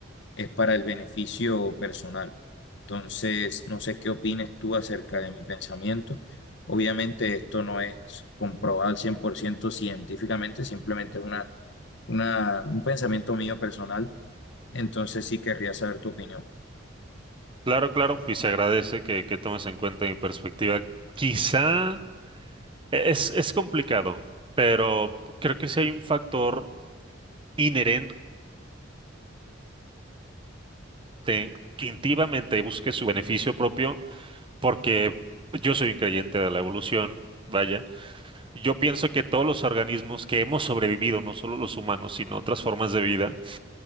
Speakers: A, on the left; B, on the right.
A: es para el beneficio personal. Entonces, no sé qué opines tú acerca de mi pensamiento. Obviamente esto no es comprobado al 100% científicamente, simplemente es una, una, un pensamiento mío personal entonces sí querría saber tu opinión.
B: Claro, claro, y se agradece que, que tomes en cuenta mi perspectiva. Quizá es, es complicado, pero creo que sí hay un factor inherente te- que activamente busque su beneficio propio, porque yo soy un creyente de la evolución, vaya. Yo pienso que todos los organismos que hemos sobrevivido, no solo los humanos, sino otras formas de vida,